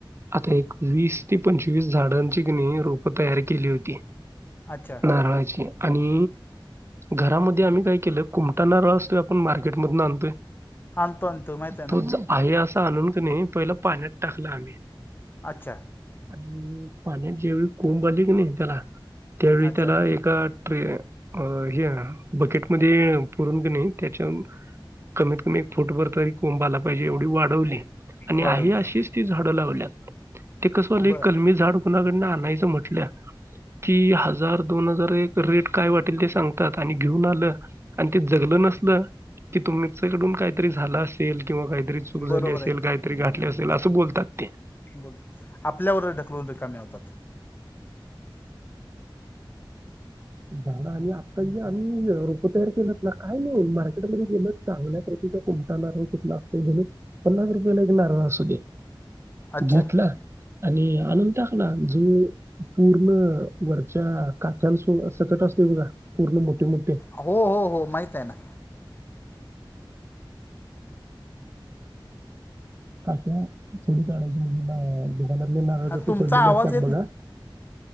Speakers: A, on the right; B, on the left.
A: आता एक वीस ते पंचवीस झाडांची कणी रोप तयार केली होती.
B: अच्छा
A: नारळाची आणि घरामध्ये आम्ही काय, केलं कुमटा नारळ असतोय आपण मार्केटमधून आणतोय.
B: आणतो आणतो माहित आहे ना
A: तोच आहे अस आणून क नाही, पहिला पाण्यात टाकलं आम्ही.
B: अच्छा.
A: आणि पाण्यात जेवळी कोंब आले की नाही त्याला. त्यावेळी
B: अच्छा
A: त्याला एका ट्रे अ हे बकेटमध्ये पुरून कणी त्याच्या कमीत कमी एक फुट भर तरी कोंबाला पाहिजे एवढी वाढवली. आणि
B: वाढवली
A: आहे अशीच ती झाडं आणि लावल्यात. ते कसं व्यालय
B: बर
A: कलमी झाड कुणाकड आणायचं म्हटलं की हजार दोन हजार एक रेट काय वाटेल ते सांगतात आणि घेऊन आलं आणि ते जगलं नसल की तुमच्या कडून कायतरी असेल किंवा काहीतरी चूक
B: बरोबर
A: झाली असेल
B: आहे
A: काहीतरी घातली असे त्याला असं बोलतात.
B: बोल आपल्यावरच ढकलून रिकाम्या होतात.
A: दादा आम्ही आता जे आम्ही रोपं तयार केलेत ना, काय नाही मार्केटमध्ये गेलं चांगल्या प्रतीचा कोणता नारळ कुठला असतोय का नाही पन्नास रुपयाला एक नारळ असुदे
B: अच्छा
A: घेतलं आणि आणून टाकला जो पूर्ण वर त्या काका सो सकट असतोय बघा पूर्ण मोठे मोठ
B: हो हो हो माहित आहे ना.
A: काठ्या थोडी काढायची म्हणजी घरातले नारळ
B: हा
A: कसे
B: तुमचा
A: सोललेली
B: आवाज
A: असतात बघा